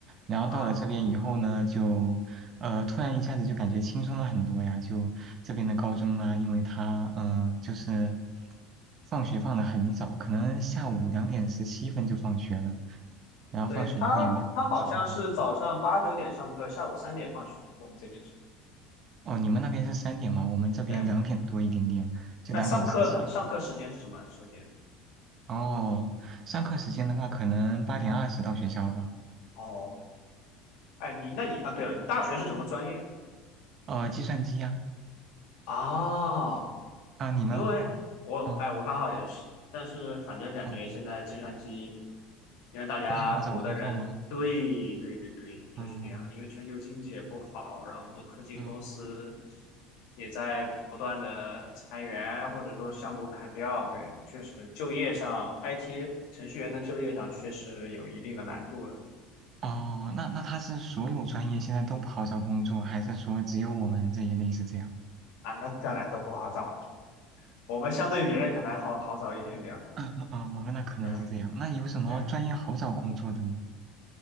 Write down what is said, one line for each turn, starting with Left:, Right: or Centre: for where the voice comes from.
Right: 然后到了这边以后呢，
Left: 啊。
Right: 就呃突然一下子就感觉轻松了很多呀。就这边的高中啊，因为他嗯、呃就是放学放得很早，可能下午两点十七分就放学了。然后放学以后也没有别的事情可以做。
Left: 对他，他好像是早上八九点上课，下午三点放学，我们这边是。
Right: 哦，你们那边是三点吗？我们这边两点多一点点，
Left: 对。
Right: 就两点十七。
Left: 那上课呢？上课时间是什么时间？
Right: 哦，上课时间的话，可能八点二十到学校吧。
Left: 哦，哎，你那你啊，对了，你大学是什么专业
Right: 呃，计算机呀、
Left: 啊？
Right: 啊，你呢？
Left: 因为我哎，
Right: 嗯
Left: 我刚好也是，但是反正感觉现在计算机，
Right: 嗯，
Left: 因为大家读的人，
Right: 不太好找工作吗？
Left: 对对对对，就是这样。
Right: 嗯
Left: 因为全球经济也不好，然后很多科技公司
Right: 嗯。
Left: 也在不断的裁员，或者说项目砍掉。对，确实就业上，IT 程序员的就业上确实有一定的难度了。
Right: 哦，那那他是所有专业现在都不好找工作，还是说只有我们这一类是这样？
Left: 啊，那当然都不好找，我们相对别人可能还好好找一点点。
Right: <laughs> 哦，那可能是这样。
Left: 对
Right: 那有什么专业好找工作的呢？
Left: 对